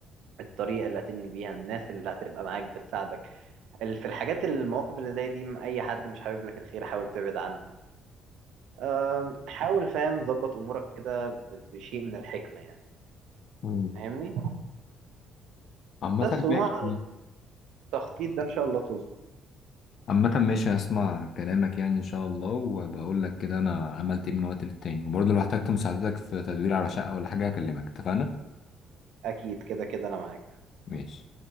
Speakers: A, on the right; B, on the left.
A: الطريقه اللي هتنقل بيها الناس اللي هتبقى معاك بتساعدك ال- في الحاجات المواقف اللي زي دي م- اي حد مش حابب لك الخير حاول تبعد عنه آم، حاول فاهم ظبط امورك كده ب- بشيء من الحكمه يعني
B: مم.
A: فاهمني
B: عامة
A: بس ومع
B: ماشي
A: التخطيط ده ان شاء الله تظبط
B: عامة ماشي هسمع كلامك يعني إن شاء الله وهبقى أقول لك كده أنا عملت إيه من وقت للتاني وبرضه لو احتجت مساعدتك في تدوير على شقة ولا حاجة هكلمك اتفقنا؟
A: اكيد كده كده انا معاك
B: ماشي